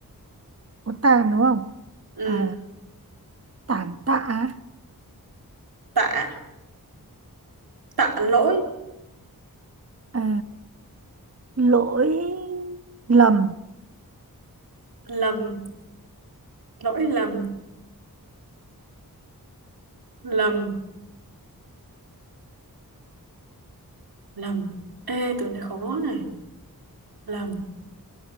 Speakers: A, on the right; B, on the right.
A: có tàn đúng không
B: Ừ,
A: à, tàn tạ à?
B: tạ. Tạ lỗi.
A: Ờ, lỗi lầm
B: Lầm. Lỗi lầm. Lầm. Lầm. Ê, từ này khó này. lầm